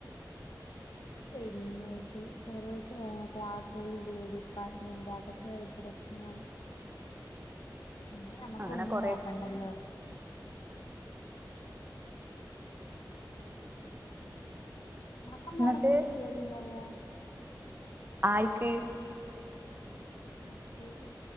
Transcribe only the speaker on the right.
<inaudible>
<inaudible>
അങ്ങനെ
കൊറെ
എന്നിട്ട്
ആയിക്ക്?